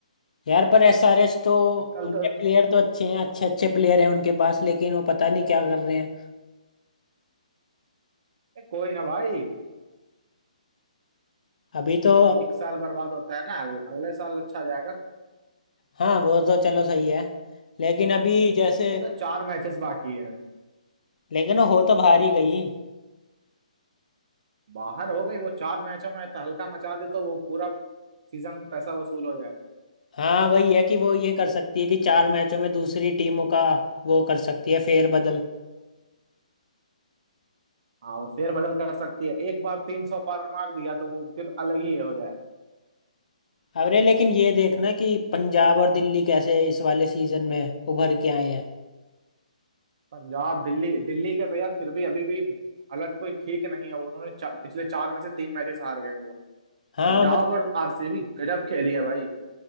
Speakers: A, on the left (about 70°); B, on the right (about 50°).
A: यार पर एसआरएच तो
B: कल
A: उनके
B: तो
A: प्लेयर तो अच्छे हैं अच्छे अच्छे प्लेयर हैं उनके पास लेकिन वो पता नहीं क्या कर रहे हैं
B: कोई ना भाई
A: अभी तो
B: एक साल बर्बाद होता है ना अगले, अगले साल अच्छा जाएगा
A: हाँ वो तो चलो सही है लेकिन अभी जैसे
B: अभी तो चार मैचेस बाकी है
A: लेकिन वो हो तो बाहर ही गई
B: बाहर हो गई वो चार मैचों में तो हल्का मचा दे तो वो पूरा सीजन पैसा वसूल हो
A: हाँ वही है कि वो ये कर सकती है कि चार मैचों में दूसरी टीमों का वो कर सकती है फेरबदल
B: हाँ वो फेर बदल कर सकती है एक बार तीन सौ पार मार दिया तो वो फिर अलग ही हो जाएगा
A: अरे लेकिन ये देखना कि पंजाब और दिल्ली कैसे इस वाले सीजन में उभर के आए हैं
B: पंजाब दिल्ली दिल्ली के तो यार फिर भी अभी भी हालत कोई ठीक नहीं है उन्होंने चा, पिछले चार में से तीन मैचेस हार गए वो
A: हाँ
B: पंजाब
A: मतलब
B: और आरसीबी गजब खेली है भाई